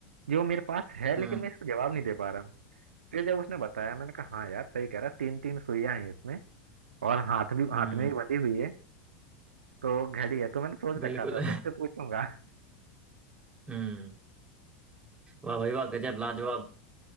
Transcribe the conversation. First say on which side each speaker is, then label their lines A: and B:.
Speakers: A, on the right (about 80°); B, on the right (about 20°).
A: जो मेरे पास है
B: हम्म
A: लेकिन मैं इसको जवाब नहीं दे पा रहा हूँ फिर जब उसने बताया मैंने कहा हाँ यार सही कह रहा तीन तीन सुइयां हैं इसमें और हाथ भी
B: हम्म,
A: हाथ में भी बंधी हुई है तो घड़ी है तो मैंने सोच
B: बिल्कुल
A: रखा था तुमसे पूछूंगा
B: हम्म वाह भाई वाह गजब लाजवाब